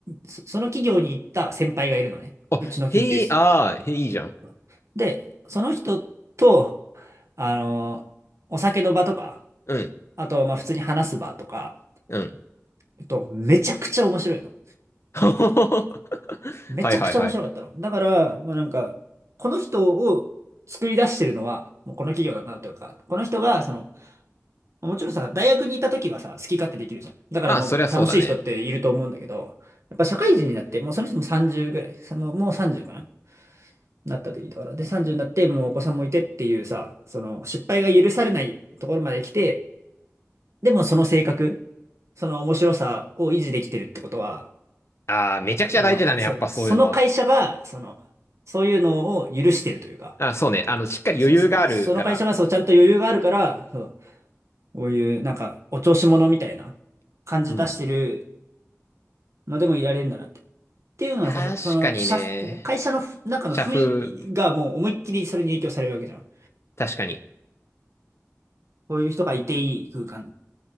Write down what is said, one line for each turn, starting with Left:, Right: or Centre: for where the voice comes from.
Right: そその企業に行った先輩がいるのね。
Left: あ、
Right: うちの研究室に。
Left: へえ、ああ、へえ、いいじゃん。
Right: あので、その人と、あの、お酒の場とか、
Left: うん、
Right: あと、まあ普通に話す場とか、
Left: うん。
Right: えっと、めちゃくちゃ面白いの。
Left: <laughs>
Right: めちゃくちゃ面白かったの。
Left: はいはいはい。
Right: だから、まあなんか、この人を作り出してるのは、もうこの企業だなというか、この人が、その、もちろんさ、大学にいた時はさ、好き勝手できるじゃん。だからもう楽しい人っていると思うんだけど、
Left: まあ、そりゃそうだね。
Right: やっぱ社会人になって、もうその人も30ぐらい、さもうもう30かななった時だから。で、30になって、もうお子さんもいてっていうさ、その失敗が許されないところまで来て、でもその性格、その面白さを維持できてるってことは、
Left: ああ、めちゃくちゃ大事だね、
Right: その、そ、
Left: やっぱそういうのは。
Right: その会社が、その、そういうのを許してるというか、
Left: あ、そうね。あの、しっかり余裕があるから。
Right: そ、そ、その会社がそうちゃんと余裕があるから、そう、こういうなんかお調子者みたいな感じ出してる
Left: うん。
Right: のでもいられるんだなって。っていうのはさ、
Left: 確かにね。
Right: そその、社、会社のふ中の雰囲気がもう思いっきりそれに影響されるわけじゃん。
Left: 社風、確かに。
Right: こういう人がいていい空間。